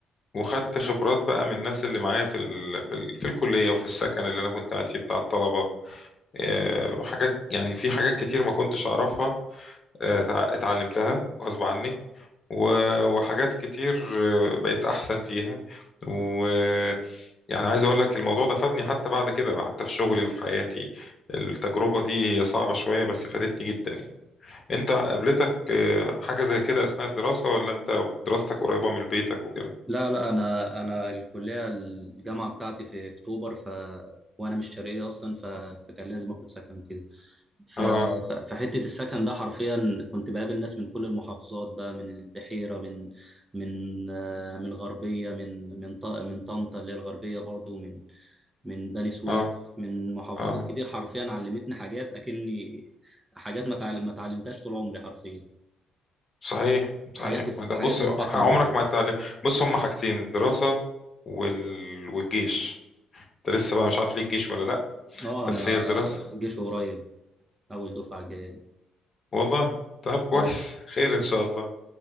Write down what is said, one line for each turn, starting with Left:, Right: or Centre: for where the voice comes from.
Left: وخدت خبرات بقى من الناس اللي معايا في ال... في, ال... في الكلية وفي السكن اللي أنا كنت قاعد فيه بتاع الطلبة أه وحاجات يعني في حاجات كتير ما كنتش أعرفها أه تع- اتعلمتها غصب عني و... وحاجات كتير آه، بقيت أحسن فيها و يعني عايز أقول لك الموضوع ده فادني حتى بعد كده حتى في شغلي وفي حياتي التجربة دي هي صعبة شوية بس فادتني جدا يعني انت قابلتك آه، حاجة زي كده اثناء الدراسة ولا انت دراستك قريبة من بيتك وكده
Right: لا لا انا انا الكليه الجامعه بتاعتي في اكتوبر ف وانا مش شرقيه اصلا ف... فكان لازم اخد سكن وكده ف...
Left: اه
Right: ف... فحته السكن ده حرفيا كنت بقابل ناس من كل المحافظات بقى من البحيره من من آه، من الغربيه من من ط... من طنطا اللي هي الغربيه برضو من من بني سويف
Left: اه
Right: من محافظات
Left: اه
Right: كتير حرفيا علمتني حاجات اكني حاجات ما تعلم... ما اتعلمتهاش طول عمري حرفيا
Left: صحيح
Right: حاجات
Left: صحيح
Right: الس...
Left: ما ده
Right: حاجات
Left: بص
Right: السكن
Left: عمرك
Right: و...
Left: ما هتتعلم بص هما حاجتين الدراسة وال... والجيش انت لسه بقى مش عارف ليك جيش ولا لا
Right: اه
Left: بس
Right: انا
Left: هي الدراسة
Right: جيش قريب اول دفعه الجايه دي
Left: والله طب كويس
Right: اه
Left: <laughs> خير ان شاء الله